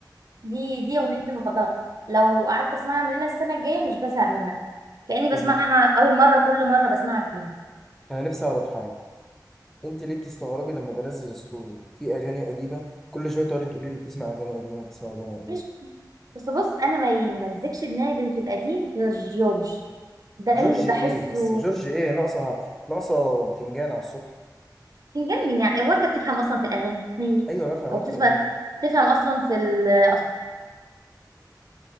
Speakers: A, on the right; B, in the centre.
A: دي دي أغنيتي المفضلة لو قعدت أسمعها من هنا السنة الجاية مش بزهق منها كأني بسمعها
B: طب
A: أول مرة كل مرة بسمعها فيها
B: انا نفسي اعرف حاجه انت ليه بتستغربي لما بنزل ستوري في اغاني قديمه كل شويه تقعدي تقولي لي بتسمع اغاني قديمه بتسمع اغاني قديمه
A: مش بس بص أنا ما يمزكش دماغي في القديم غير جورج ده
B: جورج
A: اللي بحسه
B: ايه بس جورج ايه ناقصه ناقصه باتنجان على الصبح
A: بيجنن يعني هو انت بتفهم اصلا في الاغاني منير
B: ايوه بفهم
A: او
B: اكتر
A: بتفهم
B: منك
A: بتفهم اصلا في الاصوات